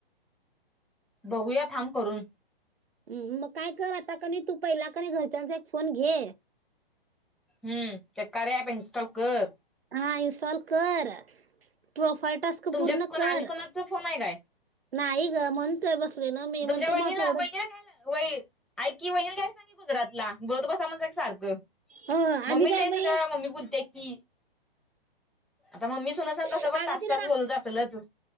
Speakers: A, in the centre; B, on the right.
A: बघूया थांब करून
B: ह मग काय कर आता कणी तू पहिला क घरच्यांचा एक फोन घे
A: हम् ते कार्य ॲप इनस्टॉल कर
B: ह इनस्टॉल कर प्रोफाईल टास्क
A: तुमच्यात
B: पूर्ण
A: को
B: कर
A: आणि कोणाचा फोन आहे काय
B: नाही ग म्हणतोय बसले ना मी म्हणतर
A: तुमच्या वहिनीला
B: मग तेवढंच
A: वैगैरला व ऐ की वहिल घ्याय सांगे गुजरातला बोलतो ब स म्हण क सारखं
B: हो आणि
A: मम्मी
B: काय
A: द्यायचं
B: बाई
A: का मम्मी बोलते कि आता मम्मी सुना सग कसं
B: अगं
A: पण तास
B: तिला
A: तास बोलत असेलच